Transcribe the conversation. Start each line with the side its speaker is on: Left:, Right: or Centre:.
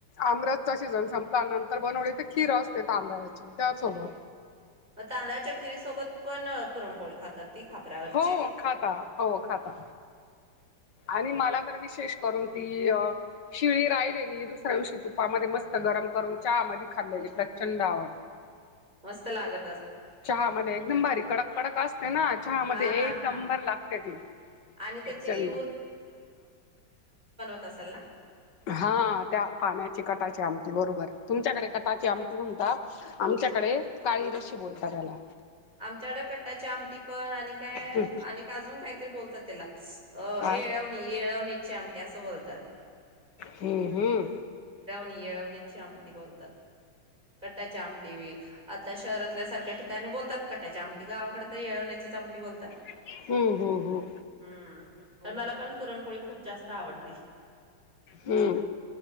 Left: आम्रसचा सीझन संपला, नंतर बनवली तर खीरं असते तांदळा- ची त्यासोबत.
Right: मग तांदळाच्या खिरीसोबत पण पुरणपोळी खातात, ती खापरावरची
Left: हो खाता. हो खाता.
Right: अच्छा.
Left: आणि मला तर विशेष करून ती शिळी राहिलेली दुसऱ्या दिवशी तुपामध्ये मस्त गरम करून चहा मदी खाल्लेली प्रचंड आवडते.
Right: मस्त लाग-
Left: चहा मदी एकदम भारी कडक कडक असते ना. चहा
Right: हा
Left: मध्ये
Right: हा
Left: एक
Right: हा
Left: नंबर लागते ती
Right: आणि त्याची
Left: प्रचंड.
Right: तसल ना.
Left: हा त्या पाण्याची कटाची आमटी बरोबर तुमच्याकडे कटाची आमटी म्हणतात, आमच्याकडे काळी रशी बोलता त्याला.
Right: आमच्याकड कट्टाची आमटी पण आणि काय
Left: हम्म
Right: आणि अजून काहीतरी बोलतात- तेला. अ
Left: काय
Right: येळवणी येळवण्या- ची आमटी असं बोलतात.
Left: हम्म हम्म
Right: णी येळवण्याची आमटी बोलतात. कटाची आमटी, आता शहरातल्या सारख्या ठिकाणी बोलतात कटाची आमटी, गावाकडे तर येवण्याचीच आम ते बोलतात.
Left: हम्म हम्म हम्म
Right: हम्म तर मला पण पुरणपोळी खूप जास्त आवडते
Left: हम्म,